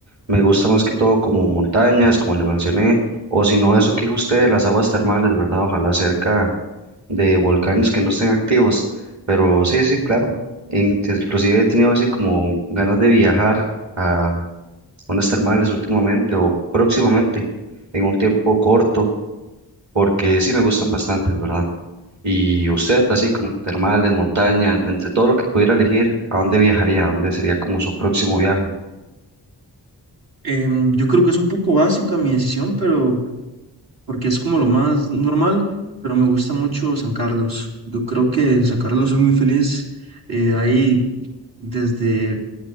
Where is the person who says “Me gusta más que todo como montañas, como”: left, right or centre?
Right